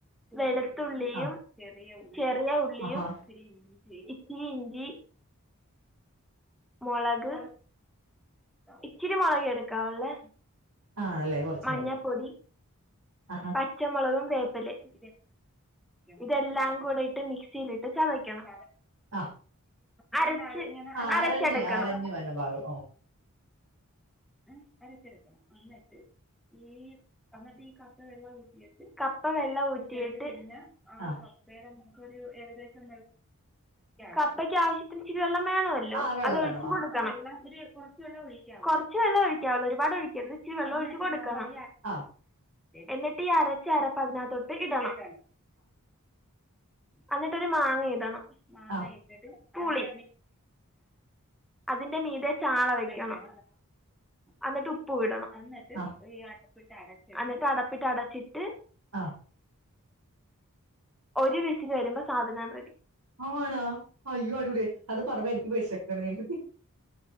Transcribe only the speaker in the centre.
വെ ത്തുള്ളിയും
ചെറിയ ഉള്ളിയും
ഇത്തിരി ഇഞ്ചി മുളക് ഇച്ചിരി മുളക് എടുക്കാവല്ലേ
മഞ്ഞപ്പൊടി
പച്ചമുളകും വേപ്പിലയും ഇതെല്ലാം കൂടെ ഇട്ട് മിക്സിയിലിട്ട് ചതക്കണം
അരച്ച്
അരച്ചെടുക്കണം.
ആഹ് അരച്ചെടുക്കണം വന്നിട്ട് ഈിട്ട് കപ്പ വെഊട്ട് കപ്പ വെള്ളം ഊറ്റിയിട്ട് ആഹ
കൊറ പേരന്ന ഏകദേശം കപ്പയ്ക്ക് ആവശ്യത്തിന് ഇിചിരി വെള്ളം വേണമല്ലോ
അത് ഒഴിച്ചു
കൊടുക്ക കൊറച്ച് വെള്ളം ഒഴിക്കാം ഒരുപാട് ഒഴിക്കത് ഇച്ചിരി വെള്ളം ഒഴിച് കൊടുക്കണം
എന്നിട്ട് ഈ അരച്ച അരപ്പ് അതിനക്കത്തോട് ഇടണം എന്നിട്ടരു മാങ്ങ ഇടണം മാങ്ങ
ളി അതിന്റെ മീത ചാള വെക്കണം എന്നിട്ട് ഉപ്പ് വിടണം എന്നിട്ട്
അടപ്പ് എന്നിട്ട് അടപ്പിട്ട് അടച്ചി് എന്നിട്ട്
ഒരു വീസിൽ വരുമ്പോ സാധനം റെഡി